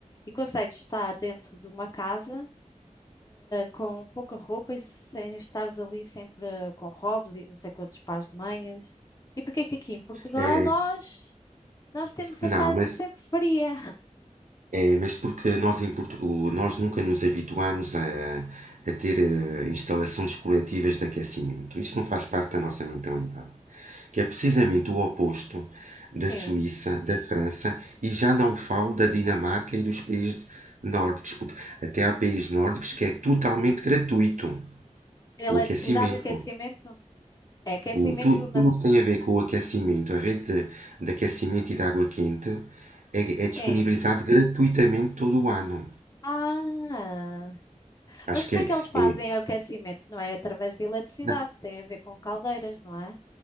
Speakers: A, on the left (about 30°); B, on the right (about 75°).
A: E consegue estar dentro de uma casa com pouca roupa e sem estares ali sempre eh, com robes e não sei quantos pares de meias. E porque é que aqui em Portugal
B: Eh,
A: nós, nós temos
B: não,
A: a casa
B: mas,
A: sempre fria?
B: é, mas porque nós, em Portu- o- nós nunca nos habituamos a, a ter eh, instalações coletivas de aquecimento. Isto não faz parte da nossa mentalidade. que é precisamente o oposto
A: Sim.
B: da Suíça, da França e já não falo da Dinamarca e dos países nórdicos, porque até há países nórdicos que é totalmente gratuito
A: Eletricidade,
B: o aquecimento.
A: o aquecimento? É aquecimento,
B: O, tu-
A: mas
B: tudo o que tem a ver com o aquecimento, a rede de, de aquecimento e de água quente, é,
A: sim.
B: é disponibilizado gratuitamente todo o ano.
A: Ah,
B: Acho
A: mas como
B: que é,
A: é que eles fazem
B: é-
A: o aquecimento? Não é através de eletricidade,
B: não,
A: tem a ver com caldeiras, não é?